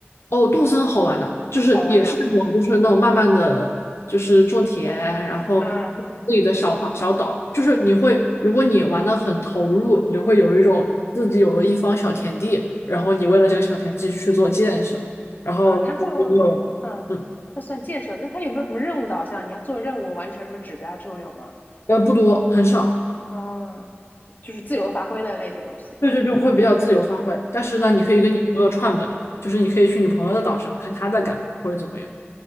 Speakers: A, on the left; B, on the left.
A: 哦，动森好玩的，就是也是那种，
B: 好玩呐、
A: 就是那种慢慢的就是种田，然后
B: 啊，
A: 自己的小花小岛，就是你会，如果你玩的很投入，你就会有一种自己有了一方小田地，然后你为了这个小田地去做建设，然后如果你有，
B: 啊它会，嗯、
A: 嗯，
B: 它算建设，那它有没有什么任务导向？你要做任务完成什么指标这种有吗？
A: 呃，不多，很少，
B: 嗯，就是自由发挥的类的游戏。
A: 对对，就会比较自由发挥。但是呢，你可以跟你朋友串门，
B: 嗯，
A: 就是你可以去你朋友的岛上看他在干嘛或者怎么样，